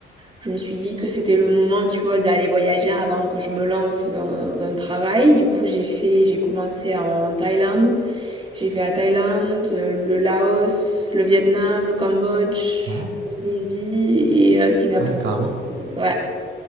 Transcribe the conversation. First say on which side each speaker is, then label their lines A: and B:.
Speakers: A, on the right; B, on the right.
A: je me suis dit que c'était le moment, tu vois, d'aller voyager avant que je me lance dans un travail. Du coup, j'ai fait, j'ai commencé en Thaïlande. J'ai fait la Thaïlande, euh, le Laos, le Vietnam, le Cambodge,
B: Ah,
A: l'Indonésie et euh, Singapour.
B: ah, quand même.
A: Donc, ouais.